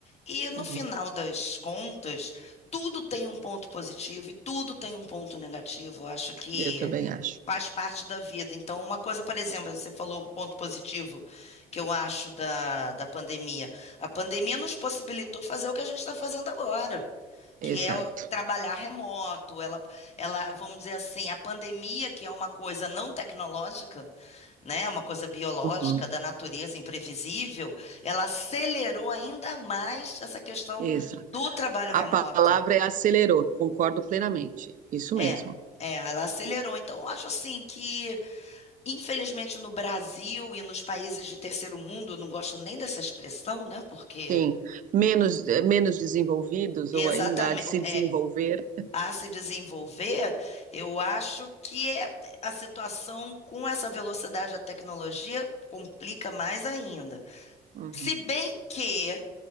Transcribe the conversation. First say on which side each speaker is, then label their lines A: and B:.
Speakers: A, on the left; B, on the right.
A: e no
B: Uhum.
A: final das contas, tudo tem um ponto positivo e tudo tem um ponto negativo. Eu acho que
B: Eu também acho.
A: faz parte da vida. Então, uma coisa, por exemplo, você falou um ponto positivo que eu acho da, da pandemia. A pandemia nos possibilitou fazer o que a gente está fazendo agora
B: Exato.
A: que é o- trabalhar remoto, ela, ela, vamos dizer assim, a pandemia, que é uma coisa não tecnológica, né, é uma coisa biológica
B: Uhum.
A: da natureza imprevisível, ela acelerou ainda mais essa questão
B: Isso.
A: do trabalho
B: A
A: remoto.
B: palavra é acelerou, concordo plenamente. Isso
A: É,
B: mesmo.
A: é, ela acelerou. Então, eu acho assim que, infelizmente, no Brasil e nos países de terceiro mundo, eu não gosto nem dessa expressão, né, porque
B: Sim. Menos, menos desenvolvidos
A: Exatamente,
B: ou ainda há de se desenvolver.
A: a se desenvolver, eu acho que é- a situação com essa velocidade da tecnologia complica mais ainda.
B: Uhum.
A: Se bem que